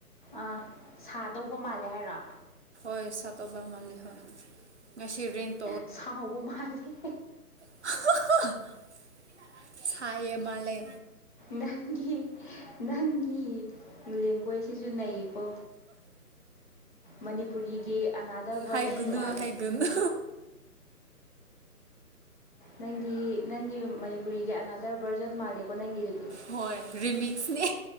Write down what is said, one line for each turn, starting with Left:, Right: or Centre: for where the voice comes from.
Left: ꯑꯥ ꯁꯥꯗꯧꯕ ꯃꯥꯜꯂꯦ ꯍꯥꯏꯔꯣ
Right: ꯍ ꯍ ꯉ
Left: ꯁꯥꯎꯣꯒ ꯃꯥꯜꯂꯤ
Right: <unintelligible> ꯁꯥꯏꯌꯦ ꯃꯥꯜꯂꯦ
Left: ꯅꯪꯒꯤ ꯅꯪꯒꯤ ꯂꯦꯡꯒ꯭ꯋꯦꯖꯁꯤꯁꯨ ꯅꯩꯌꯦꯀꯣ ꯃꯅꯤꯄꯨꯔꯤꯒꯤ ꯑꯅꯥꯗꯔ ꯚꯔꯖꯟ
Right: ꯍꯥꯏꯥꯏꯒꯨꯅꯨ
Left: ꯃꯥꯜꯂꯦ
Right: ꯍꯥꯏꯩꯒꯨꯅꯨ
Left: ꯅꯪꯒꯤ ꯅꯪꯒꯤ ꯃꯅꯤꯄꯨꯔꯤꯒꯤ ꯑꯅꯥꯗꯔ ꯕꯔꯖꯟ ꯃꯥꯜꯂꯦꯀꯣ ꯅꯪꯒꯤꯗꯤ
Right: ꯍꯣꯏ ꯔꯔꯤꯃꯤꯅꯦ